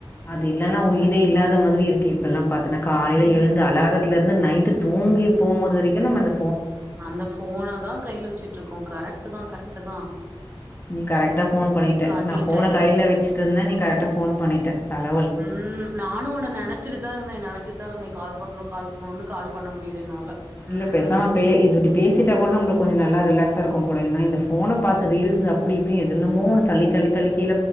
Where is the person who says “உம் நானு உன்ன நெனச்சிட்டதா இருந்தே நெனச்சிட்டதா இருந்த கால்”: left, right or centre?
Right